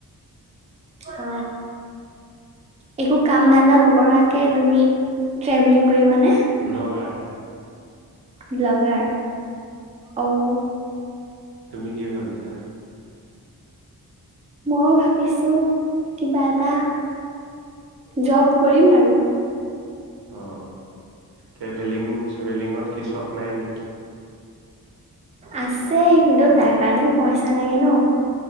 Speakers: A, on the right (about 20°); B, on the right (about 85°).
A: অ একো কাম ধান্দা নক কৰাকে তুমি ট্ৰেভেলিং কৰিবানে
B: ব্লগাৰ
A: ব্লগাৰ অঔ
B: তুমি কি ভাবিছা।
A: ময়ো ভাবিছো কিবা এটা জপ কৰিম আৰু
B: অ, টেভেলিং ট্ৰেভেলিঙত কি চখ নাই নি
A: আছে কিন্তু তাৰ কাৰণে পইচা লাগে ন।